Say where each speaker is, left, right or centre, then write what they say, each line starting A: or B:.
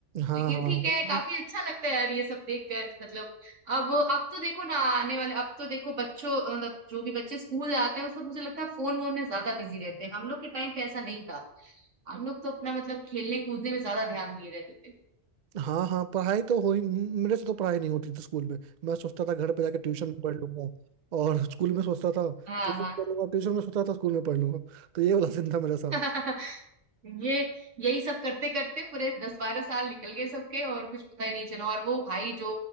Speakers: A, on the right; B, on the right.
A: हाँ
B: लेकिन
A: हाँ
B: ठीक है काफी अच्छा लगता है यार ये सब देख कर मतलब अब अब तो देखो ना आने वाले अब तो देखो बच्चों मतलब जो भी बच्चे स्कूल जाते हैं वो सब मुझे लगता है फोन वोन में ज्यादा बिजी रहते हैं हम लोग के टाइम पे ऐसा नहीं था हम लोग तो अपना मतलब खेलने कूदने में ज्यादा ध्यान दिए रहते थे
A: हाँ हाँ पढ़ाई तो हो ही मेरे से तो पढ़ाई नहीं होती थी स्कूल में मैं सोचता था घर पे जाके ट्यूशन में पढ़ लूंगा और स्कूल में सोचता था कि
B: <laughs>
A: ट्यूशन
B: हाँ
A: में पढ़ लूंगा ट्यूशन में सोचता था स्कूल में पढ़ लूंगा तो ये वाला सीन था मेरे साथ
B: हाँ <laughs> ये यही सब करते करते पूरे दस बारह साल निकल गए सबके और कुछ पता ही नहीं चला और वो भाई जो